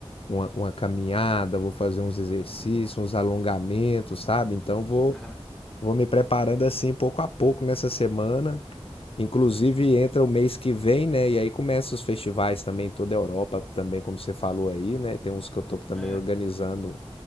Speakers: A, on the left; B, in the centre.
A: uma, uma caminhada, vou fazer uns exercícios,
B: Oh, boa.
A: uns alongamentos, sabe? Então vou,
B: Aham.
A: vou me preparando assim pouco a pouco nessa semana Inclusive
B: E
A: entra o mês que vem, né? E aí começam os festivais também em toda a Europa, também como você falou aí, né? Tem uns que eu tô também
B: ah,
A: organizando